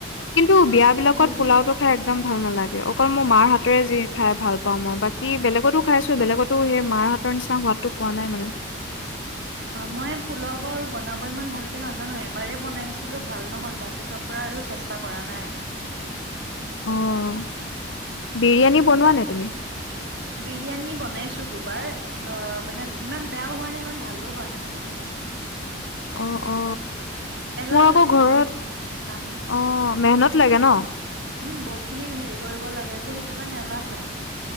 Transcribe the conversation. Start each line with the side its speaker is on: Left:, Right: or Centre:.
Left: কিন্তু
Right: অ
Left: বিয়া বিলাকত
Right: হেৰি
Left: পোলাওটো খাই একম ভাল নালাগে অকল মোৰ মাৰ হাতেৰে যি খাই ভাল পাওঁ মই বাকী বেলেগতো খাইছোঁ বেলেগতো সেই মাৰ হাতৰ নিচিনা সোৱাদটো পোৱা নাই মানে
Right: মই পোলাও বা বনাব ইমান ভালকে নাজানো এবাৰেই বনাইছিলোঁ ভাল নহ'ল তাৰপিছৰ পৰা আৰু চেষ্টা কৰা নাই
Left: অঁ বিৰিয়ানী বনোৱা নে তুমি
Right: বিৰিয়ানী বনাইছো দুবাৰ মানে ইমান বেয়াও হোৱা নাই ইমান ভালো হোৱা নাছিলে
Left: অ অ
Right: এলাহ
Left: মোৰ আকৌ
Right: লাগে
Left: ঘৰত
Right: ইমান কাম
Left: অ মেহনত লাগে ন
Right: উম বহুত খিনি হেৰি কৰিব লাগে যে সেইটো কাৰণে এলাহ লাগে